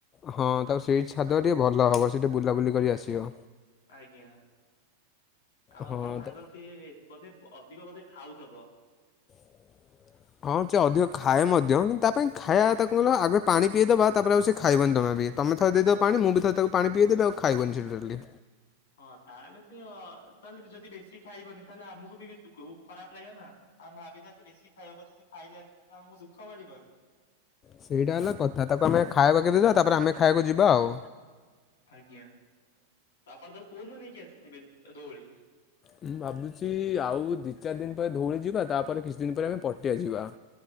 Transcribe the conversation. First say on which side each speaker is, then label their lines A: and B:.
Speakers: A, on the left; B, on the left.
A: ହଁ ତାକୁ ସେଇଠି ଛାଡ଼ିଦେବା ଟିକେ ଭଲ ହବ ସେଇଠି ବୁଲାବୁଲି କରି ଆସିବ।
B: ଆଜ୍ଞା ଆଉ
A: ହଁ
B: ଆପଣ ସାଙ୍ଗ
A: ତ
B: ସିଏ ବୋଧେ ଅଧିକ ବୋଧେ ଖାଉଥବ।
A: <inaudible> ହଁ ସେ ଅଧିକ ଖାଏ ମଧ୍ୟ କିନ୍ତୁ ତା ପାଇଁ ଖାଇବା ତାକୁ ନହେଲେ ଆଗେ ପାଣି ପିଇ ଦେବା ତାପରେ ଆଉ ସେ ଖାଇବନି ଜମା ବି। ତମେ ଥ ଦେଇଦବ ପାଣି ମୁଁ ବି ଥ ତାକୁ ପାଣି ପିଇ ଦେବି ଆଉ ଖାଇବନି ସେ ଟୋଟାଲି।
B: ହଁ ତାହେଲେ ସେ ଅ ତାହେଲେ ଯଦି ବେଶୀ ଖାଇବନି ତାହେଲେ ଆମକୁ ବି ଦୁଗୁ ଖରାପ ଲାଗେ ନା ଆମେ ଭାବିଛ ସେ ବେଶୀ ଖାଇବ ପଛେ ସେ ଖାଇଲାନି ତ ଆମକୁ ଦୁଃଖ ପଡିବନି।
A: ସେଇଟା ହେଲା କଥା ତାକୁ ଆମେ ଖାଇବକୁ ଦେଇଦେବା ତାପରେ ଆମେ ଖାଇବାକୁ ଯିବା ଆଉ।
B: ଆଜ୍ଞା ତାକୁ କୋଉଦିନ ନେଇକି ଆସିଥିବେ ଧୋଉଳି?
A: ମୁଁ ଭାବୁଛି ଆଉ ଦୁଇ ଚାରି ଦିନ ପରେ ଧଉଳି ଯିବା ତାପରେ କିଛି ଦିନ ପରେ ଆମେ ପଟିଆ ଯିବା।